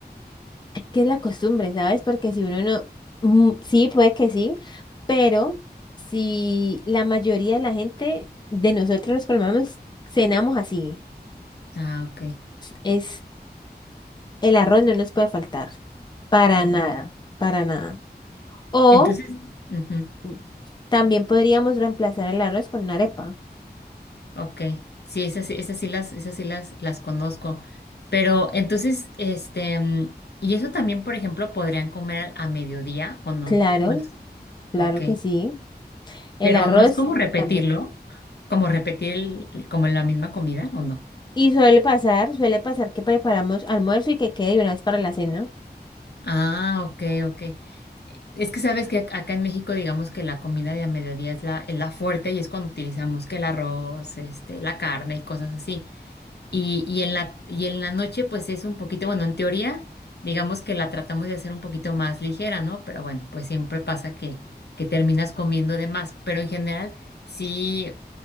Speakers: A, on the left; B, on the left.
A: que es la costumbre, ¿sabes? Porque si uno no, mm, sí, puede que sí, pero si la mayoría de la gente de nosotros los colombianos cenamos así,
B: Ah, ok.
A: es el arroz no nos puede faltar, para
B: Ok.
A: nada, para nada. O
B: Entonces, ujú.
A: mm, también podríamos reemplazar el arroz con una arepa.
B: Ok, sí, esas, sí- esas sí las, esas sí las, las conozco. Pero entonces, este, mm, y eso también, por ejemplo, podrían comer a, a mediodía o no.
A: Claro,
B: Pues,
A: claro
B: ok,
A: que sí. El
B: pero
A: arroz
B: no es como repetirlo,
A: también.
B: como repetir el- el- como la misma comida o no.
A: Y suele pasar, suele pasar que preparamos almuerzo y que quede de una vez para la cena.
B: Ah, ok, ok. Es que sabes que ac- acá en México, digamos que la comida de a mediodía es la, es la fuerte y es cuando utilizamos que el arroz, este, la carne y cosas así. Y, y en la, y en la noche, pues es un poquito, bueno, en teoría, digamos que la tratamos de hacer un poquito más ligera, ¿no? Pero bueno, pues siempre pasa que, que terminas comiendo de más. Pero en general, sí,